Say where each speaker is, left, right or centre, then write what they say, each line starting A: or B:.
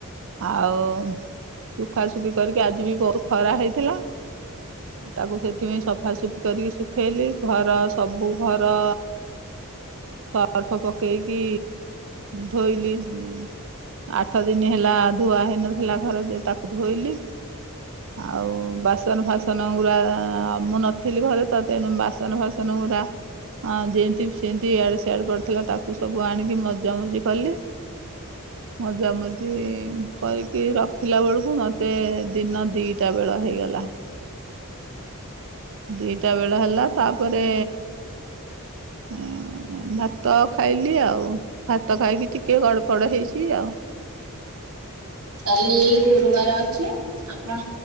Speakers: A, on the right; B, on the right.
A: ଆଉ ଶୁଖାସୁଖି କରିକି ଆଜି ବି ବହୁ ଖରା ହେଇଥିଲା। ତାକୁ ସେଥିପାଇଁ ସଫାସୁଫି କରିକି ଶୁଖେଇଲି ଘରେ ର ସବୁ ଘର ସର୍ଫ ପକେଇକି ଧୋଇଲି ଯି ଆଠ ଦିନି ହେଲା ଧୁଆ ହେଇନଥିଲା ଘର ଯେ ତାକୁ ଧୋଇଲି। ଆଉ ବାସନ ଫାସନ ଗୁରା ମୁଁ ନଥିଲି ଘରେ ତ ତେଣୁ ବାସନ ଫାସନ ବାସନ ଗୁରା ହଁ ଯେନ୍ତି ବି ସେନ୍ତି ଇଆଡେ ସିଆଡେ ପଡିଥିଲା ତାକୁ ସବୁ ଆଣିକି ମଜା ମଜି କଲି।
B: <inaudible>
A: ମଜାମଜି କରିକି ରଖିଲା ବେଳକୁ ମତେ ଦିନ ଦିଟା ବେଳ ହେଇଗଲା। ଦି ଟା ବେଳ ହେଲା ତାପରେ ଉଁ- ଉଁ -ଭାତ ଖାଇଲି ଆଉ ଭାତ ଖାଇକି ଟିକେ ଗଡ଼ପଡ ହେଇଚି ଆଉ।
B: କାଲି ଗୁରୁବାର ଅଛି। ଆପଣ